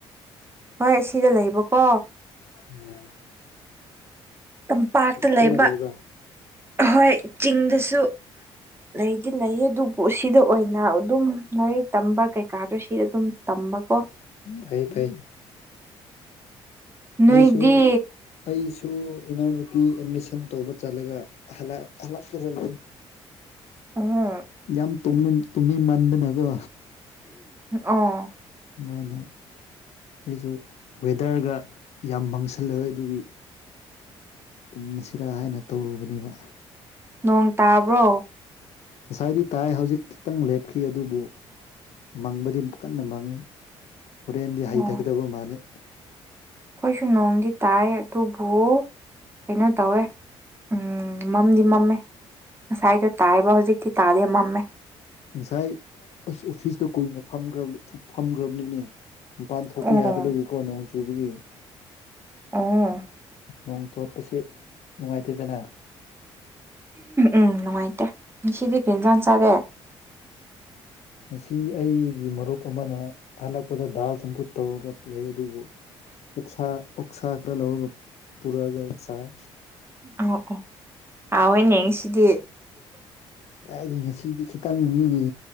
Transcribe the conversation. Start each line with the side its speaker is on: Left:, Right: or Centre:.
Right: ꯍꯣꯏ ꯑꯁꯤꯗ ꯂꯩꯕꯀꯣ
Left: ꯎ <inaudible>
Right: ꯇꯝꯄꯥꯛꯇ ꯂꯩꯕ
Left: ꯄꯨꯟꯅ ꯂꯩꯕ꯭ꯔꯥ
Right: ꯍꯣꯏ ꯆꯤꯡꯗꯁꯨ ꯂꯩꯗꯤ ꯂꯩꯌꯦ ꯑꯗꯨꯕꯨ ꯁꯤꯗ ꯑꯣꯏꯅ ꯑꯗꯨꯝ ꯂꯥꯏꯔꯤꯛ ꯇꯝꯕ ꯀꯩꯀꯥꯗꯣ ꯁꯤ ꯑꯗꯨꯨꯝ ꯇꯝꯕꯀꯣ
Left: ꯐꯩ ꯐꯩ
Right: ꯅꯣꯏꯗꯤ
Left: ꯑꯩꯁꯨ ꯑꯩꯁꯨ ꯏꯅꯥꯎꯅꯨꯄꯤ ꯑꯦꯠꯃꯤꯁꯟ ꯇꯧꯕ ꯆꯠꯂꯒ ꯍꯂꯛ ꯍꯜꯂꯛ <unintelligible> ꯂꯩ
Right: ꯎꯝ
Left: ꯌꯥꯝ ꯇꯨꯝꯅꯤꯡ ꯇꯨꯝꯅꯤꯡꯃꯟꯗꯅꯀꯣ
Right: ꯑꯣ
Left: ꯑꯗꯨꯃꯥꯏꯅ ꯑꯩꯁꯨ ꯋꯦꯗꯔꯒ ꯌꯥꯝ ꯃꯪ <unintelligible> ꯑꯗꯨꯒꯤ ꯇꯨꯝꯃꯁꯤꯔꯥ ꯍꯥꯏꯅ ꯇꯧꯔꯨꯕꯅꯦꯕ
Right: ꯅꯣꯡ ꯇꯥꯕ꯭ꯔꯣ
Left: ꯉꯁꯥꯏꯗꯤ ꯇꯥꯏ ꯍꯧꯖꯤꯛ ꯈꯤꯇꯪ ꯂꯦꯞꯈꯤ ꯑꯗꯨꯕꯨ ꯃꯪꯕꯗꯤ ꯀꯟꯅ ꯃꯪꯉꯤ ꯍꯣꯔꯦꯟꯗꯤ ꯍꯩꯊꯒꯗꯕ
Right: ꯑꯣ
Left: ꯃꯥꯜꯂꯤ
Right: ꯑꯩꯈꯣꯏꯁꯨ ꯅꯣꯡꯗꯤ ꯇꯥꯏ ꯑꯗꯨꯕꯨ ꯀꯩꯅꯣ ꯇꯧꯋꯦ ꯎꯝ ꯃꯝꯗꯤ ꯃꯝꯃꯦ ꯉꯁꯥꯏꯗꯣ ꯇꯥꯏꯕ ꯍꯧꯖꯤꯛꯇꯤ ꯇꯥꯗꯦ ꯃꯝꯃꯦ
Left: ꯉꯁꯥꯏ ꯑꯁ ꯑꯣꯐꯤꯁꯇ ꯀꯨꯏꯅ ꯐꯝꯈ꯭ꯔꯕꯅꯤ ꯐꯝꯈ꯭ꯔꯕꯅꯤꯅꯦ ꯃꯄꯥꯟ ꯊꯣꯛꯄ
Right: ꯑꯣ
Left: ꯌꯥꯗꯕꯒꯤꯀꯣ ꯅꯣꯡ ꯆꯨꯕꯒꯤ
Right: ꯑꯣ
Left: ꯅꯣꯡ ꯆꯣꯠꯄꯁꯦ ꯅꯨꯡꯉꯥꯏꯇꯦꯗꯅ
Right: ꯎꯝ ꯅꯨꯡꯉꯥꯏꯇꯦ ꯉꯁꯤꯗꯤ ꯀꯩꯖꯥꯡ ꯆꯥꯔꯦ
Left: ꯉꯁꯤ ꯑꯩꯒꯤ ꯃꯔꯨꯞ ꯑꯃꯅ ꯍꯜꯂꯛꯄꯗ ꯗꯥꯜ ꯆꯝꯐꯨꯠ ꯇꯧꯔ ꯂꯩ ꯑꯗꯨꯕꯨ ꯎꯛꯁꯥ ꯑꯣꯛꯁꯥ ꯈꯔ ꯂꯧꯔꯒ ꯄꯨꯔꯛꯑꯒ ꯆꯥꯏ
Right: ꯑ ꯑꯣ ꯍꯥꯎꯋꯦꯅꯦ ꯉꯁꯤꯗꯤ
Left: ꯀꯥꯏꯗꯩꯩ ꯉꯁꯤꯗꯤ ꯈꯤꯇꯪ ꯃꯤꯒꯤ